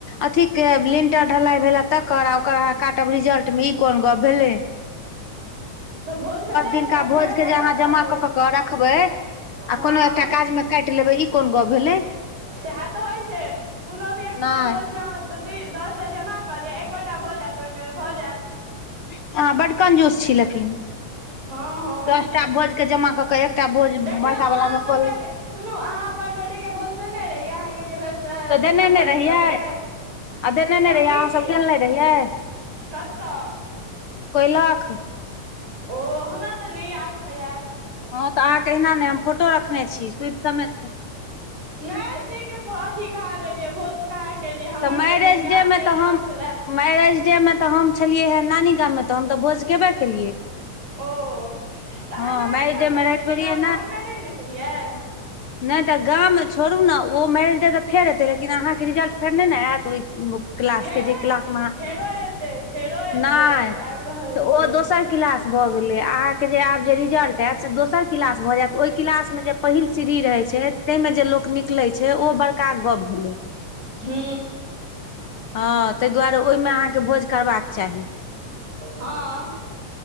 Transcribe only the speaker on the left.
अथ के लिल्टर ढलाई भेले तकर आ ओकर अह काटब रिजल्ट मे ई कोन गप्प भेले
दिनका
भोज
के
जे अहाँ
जमा कऽ कऽ के रखबै आ
कोनो एकटा काज
मे काटि लेबै ई कोन गप भेलै
नहि
अहाँ बड कंजूस छी लेकिन
दसटा भोज के जमा कऽ के एकटा भोज
बड़का
वाला मे
कऽ
ले
तऽ
देने ने रहियै
आ देने ने
रहियै
अहाँ
सब गेल ने रहियै
कयलाख
हँ तऽ अहाँके अहिना नय हम फोटो रखने छी सुध समेत
तऽ मैरेज
डे
मे तऽ
हम
मैरेज डे मे तऽ हम छलियै हे नानी गाममे तऽ हम तऽ भोज केबै केलियै
हँ
मैरेज
डे
राति
रहियै
नय तऽ गाम मे छोड़ू ने ओ मरिजतै तऽ फेर हेतै लेकिन अहाँके रिजल्ट फेर नय नय एत <unintelligible> क्लास
के जे
क्लास मे
नय
त
ओ दोसर क्लास भऽ गेल अहाँके जे आब जे रिजल्ट आयत से दोसर क्लास भऽ जायत ओहि क्लास मे जे पहिल सीढ़ी रहै छै ताहिमें जे लोक निकले छै ओ बड़का गप भेलै।
हँ ताहि दुआरे ओहि मे अहाँ के भोज करबाक चाही।